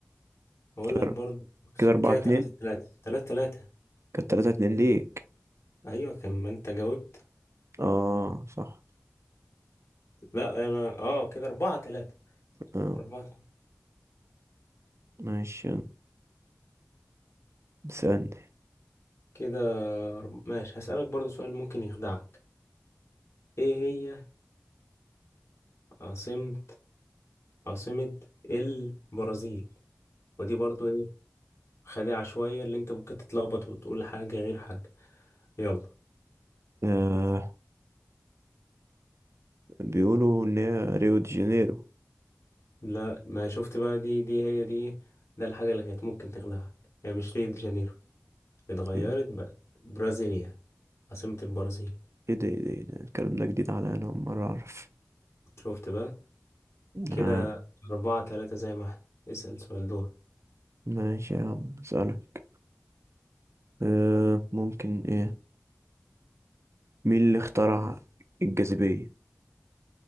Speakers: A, on the left (about 50°); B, on the right (about 55°).
A: أقول
B: كده
A: لك برضه بص،
B: كده اربعة
A: كده
B: اتنين
A: تلاتة تلاتة تلاتة تلاتة
B: كانت تلاتة اتنين ليك
A: أيوة كان ما أنت جاوبت
B: اه صح
A: لا انا اه كده اربعة تلاتة
B: اه
A: اربعة تلاتة.
B: ماشي يلا. استنى
A: كده أرب... ماشي هسألك برضو سؤال ممكن يخدعك ايه هي عاصمة عاصمة البرازيل ودي برضو ايه خادعة شوية اللي انت ممكن تتلخبط وتقول حاجة غير حاجة يلا
B: آه بيقولوا ان هي ريو دي جانيرو
A: لا ما شفت بقى دي دي هي دي ايه ده الحاجة اللي كانت ممكن تخدعك هي مش ريو دي جانيرو اتغيرت
B: ايه ده
A: بقى برازيليا عاصمة البرازيل
B: ايه ده, إيه ده إيه ده؟ الكلام ده جديد عليا انا اول مرة اعرف
A: شفت بقى كده
B: آه
A: أربعة تلاتة زي ما احنا اسأل سؤال دور
B: ماشي يا عم اسألك آه ممكن ايه مين اللي اخترع الجاذبية